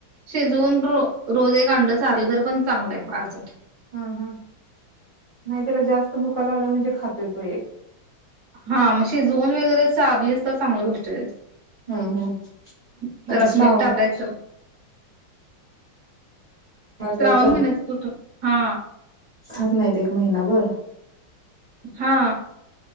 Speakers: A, on the right; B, on the right.
A: शिजवून रोज एक अंड चारलं तर पण चांगलं आहे बाळासाठ
B: हा, हा नाही त्याला जास्त भुका लागल्या म्हणजे खात तो एक.
A: हा मग शिजवून वगैरे चारलीसच तर चांगली गोष्ट <unintelligible>
B: हम्म हम्म.
A: जरास
B: आता श्रावण
A: मीठ टाकायचं.
B: पाळायच्या
A: श्रावण महिन्यात कुठं, हा
B: खात, नाहीत एक महिनाभर
A: हा